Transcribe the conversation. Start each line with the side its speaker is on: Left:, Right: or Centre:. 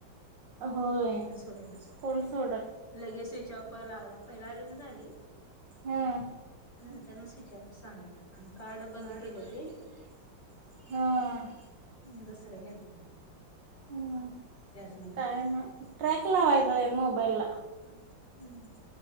Right: होय.
Left: कोण सोडल?
Right: कोण सोडल
Left: लगे स्विच ऑप लागला पहिला <unintelligible>
Right: हां
Left: नंतरन स्विच ऑफ सांगाय लागला मग.
Right: <unintelligible>
Left: कार्ड बंद केले ते
Right: हां.
Left: हम्म दुसरं घेतलं मग.
Right: हम्म
Left: त्याच नंबरचा
Right: काय आणि म? ट्रॅक लावा <unintelligible> मोबाईलला.
Left: हम्म